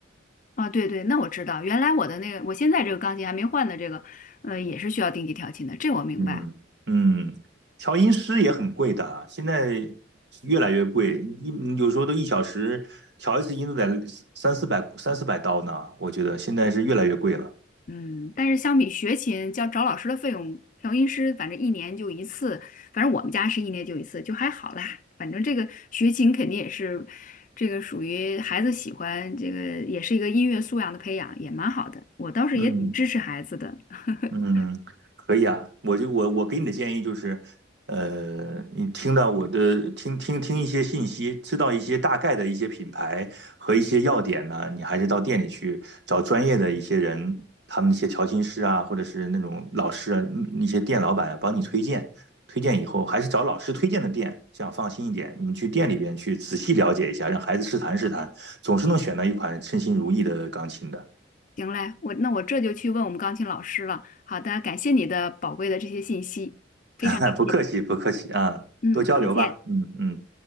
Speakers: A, on the left; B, on the right.
A: 啊。对对，那我知道，原来我的那个，我现在这个钢琴还没换的这个，呃，也是需要定期调琴的，这我明白。
B: 嗯嗯，调音师也很贵的啊，现在越来越贵，一有时候都一小时调一次音都得三四百三四百刀呢，我觉得现在是越来越贵了。
A: 嗯，但是相比学琴，叫找老师的费用，调音师反正一年就一次，反正我们家是一年就一次，就还好啦。反正这个学琴肯定也是，这个属于孩子喜欢，这个也是一个音乐素养的培养，也蛮好的。我倒是也挺支持孩子的。
B: 嗯。
A: <laughs>
B: 嗯，可以啊，我就我我给你的建议就是，呃，你听到我的听听听一些信息，知道一些大概的一些品牌和一些要点呢，你还是到店里去找专业的一些人，他们那些调琴师啊，或者是那种老师啊，那些店老板啊，帮你推荐，推荐以后还是找老师推荐的店，这样放心一点。你们去店里边去仔细了解一下，让孩子试弹试弹，总是能选到一款称心如意的钢琴的。
A: 行嘞，我那我这就去问我们钢琴老师了。好的，感谢你的宝贵的这些信息，非常感谢。
B: <laughs> 不客气，不客气啊，
A: 嗯，
B: 多交流吧。
A: 再见。
B: 嗯嗯，